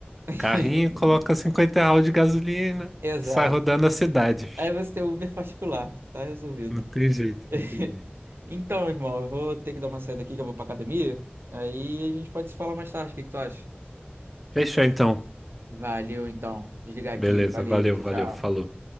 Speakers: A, on the right; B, in the centre.
A: <laughs>
B: Carrinho, coloca 50 real de gasolina,
A: Exato.
B: sai rodando a cidade.
A: Aí você tem o Uber particular, tá resolvido.
B: Não tem jeito,
A: <laughs>
B: não tem jeito.
A: Então, irmão, eu vou ter que dar uma saída aqui que eu vou pra academia. Aí a gente pode se falar mais tarde. O que que tu acha?
B: Fechou então.
A: Valeu, então. Desligar
B: Beleza,
A: aqui. Valeu,
B: valeu,
A: tchau,
B: valeu,
A: tchau.
B: falou.